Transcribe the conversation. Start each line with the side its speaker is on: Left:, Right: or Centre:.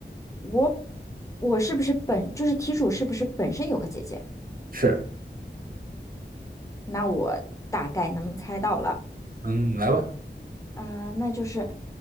Left: 我我是不是本就是题主是不是本身有个姐姐？
Right: 是，
Left: 那我大概能猜到了。
Right: 嗯，来吧。
Left: 啊、那就是，